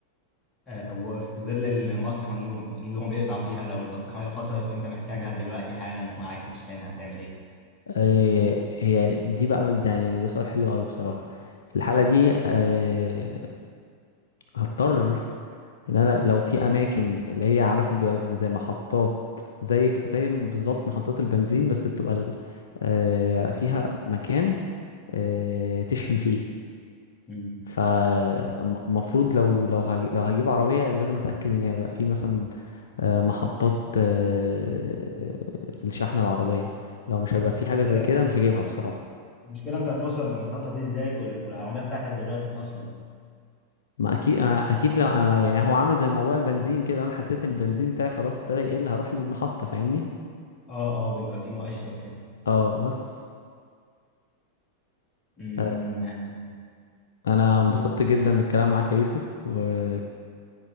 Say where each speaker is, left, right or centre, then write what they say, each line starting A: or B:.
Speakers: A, on the left; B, on the left.
A: آه طب وفي ظل مصر النور النور بيقطع فيها لو البطارية فصلت وانت محتاجها دلوقتي حالا وعايز تشحنها هتعمل ايه
B: أه هي دي بقى ده يعني ده سؤال حلو قوي بصراحة في الحالة دي أه هضطر ان انا لو في اماكن اللي هي عارف إن بيبقى في زي محطات زي ك- زي بالظبط محطات البنزين بس بتبقى ال- أه فيها مكان أه تشحن فيه
A: مم.
B: فالمفروض لو لو هجي لو هجيب عربية لازم اتأكد ان هي بقى في مثلا آه، محطات آه، الشحن العربية لو مش هيبقى
A: هو المشكلة
B: في حاجة زي كده مش هجيبها بصراحة
A: المشكلة انت هتوصل للمحطة دي ازاي وال- والعربية بتاعتك دلوقتي فاصلة
B: ما اكيد أنا اكيد لو انا يعني هو عامل زي موضوع البنزين كده لو انا حسيت ان البنزين بتاعي خلاص ابتدى يقل هروح للمحطة فاهمني
A: اه اه بيبقى في مؤشر كده
B: اه بس
A: مم.
B: آه،
A: <laughs>
B: انا انبسطت
A: أوه.
B: جدا بالكلام معاك يا يوسف وان